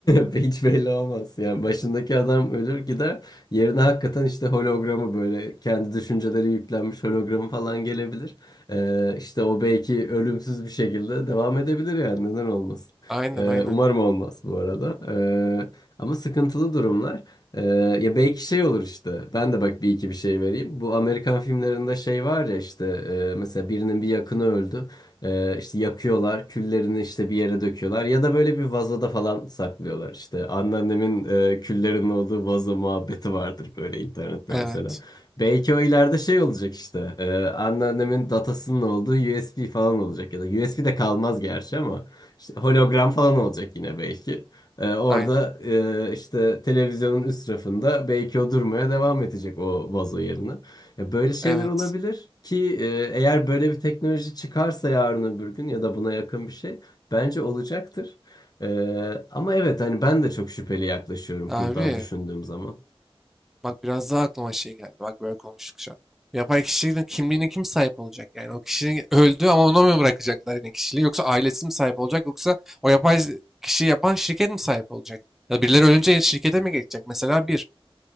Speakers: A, on the left (about 40°); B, in the centre.
A: <laughs> hiç belli olmaz. Yani başındaki adam ölür gider. Yerine hakikaten işte hologramı böyle kendi düşünceleri yüklenmiş hologramı falan gelebilir. Ee, işte o belki ölümsüz bir şekilde devam edebilir yani neden olmasın.
B: Aynen
A: Ee,
B: aynen.
A: umarım olmaz bu arada. Ee, ama sıkıntılı durumlar. Ee, ya belki şey olur işte. Ben de bak bir iki bir şey vereyim. Bu Amerikan filmlerinde şey var ya işte e, mesela birinin bir yakını öldü. Ee, işte yakıyorlar, küllerini işte bir yere döküyorlar ya da böyle bir vazoda falan saklıyorlar işte. Anneannemin e, küllerin olduğu vazo muhabbeti vardır böyle internette
B: Evet.
A: mesela. Belki o ileride şey olacak işte. E, anneannemin datasının olduğu USB falan olacak ya da USB de kalmaz gerçi ama işte hologram falan olacak yine belki. E, orada
B: Aynen.
A: e, işte televizyonun üst rafında belki o durmaya devam edecek o vazo yerine. Ya Böyle şeyler
B: Evet.
A: olabilir ki e, eğer böyle bir teknoloji çıkarsa yarın öbür gün ya da buna yakın bir şey bence olacaktır. E, ama evet hani ben de çok şüpheli yaklaşıyorum
B: Abi
A: buradan düşündüğüm zaman.
B: bak biraz daha aklıma şey geldi. Bak böyle konuştuk şu an. Yapay kişinin kimliğine kim sahip olacak? Yani o kişinin öldü ama ona mı bırakacaklar yine kişiliği? Yoksa ailesi mi sahip olacak? Yoksa o yapay kişiyi yapan şirket mi sahip olacak? Ya birileri ölünce şirkete mi geçecek? Mesela bir.